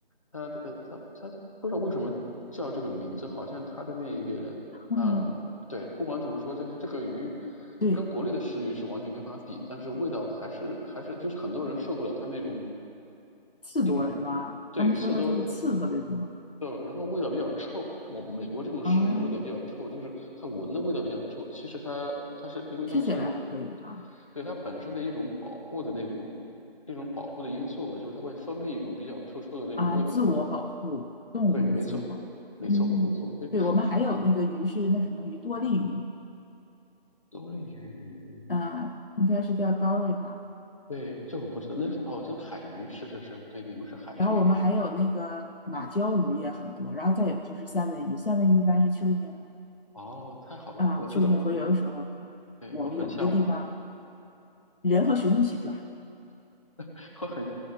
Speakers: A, on the left; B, on the left.
A: 它的呃它它不知道为什么叫这个名字，好像它的那个。
B: 嗯，
A: 啊。对，不管怎么说，但是这个鱼
B: 对，
A: 跟国内的食鱼是完全没法比，但是味道还是还是就是很多人受不了它那种
B: 刺多是吧？
A: 一种对刺多
B: 他们说它这个刺特别多
A: 肉，然后味道比较臭。我美国这种食鱼味道比较臭，
B: 啊，
A: 就是它闻的味道比较臭。其实它它是因为它是
B: 吃起来还可以哈。
A: 对它本身的一种保护的那种一种保护的因素吧，就是它会分泌一种比较臭臭的那种味道出来。
B: 啊，自我保护，动物的自我保护。
A: 对，没错，没错，
B: 嗯，
A: 没错，对，
B: 对，我们还有那个鱼是那什么鱼，多利鱼，
A: 多利鱼。
B: 啊，应该是叫 dory 吧。
A: 对，这我不知道，那是哦，就是海鱼，是是是，对，你们是海鱼，
B: 然后我们还有那个马鲛鱼也很多，然后再有就是三文鱼，三文鱼一般是秋天嘛，
A: 哦，太好了，
B: 啊，
A: 我知道，
B: 秋天洄游的时候，
A: 我对我很向往，
B: 我们有一个地方人和熊一起抓。
A: <laughs> 我很